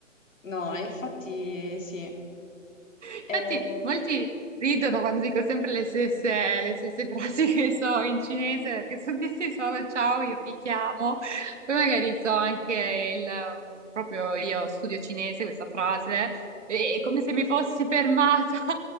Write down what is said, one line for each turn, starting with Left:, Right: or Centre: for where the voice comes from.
Left: No, e infatti sì.
Right: Infatti,
Left: Eh,
Right: molti ridono quando dico sempre le stesse, le stesse frasi che so in cinese, perché sono tutti solo ciao, io mi chiamo. Poi magari so anche il, um, proprio io studio cinese, questa frase, e- è come se mi fossi fermata <laughs>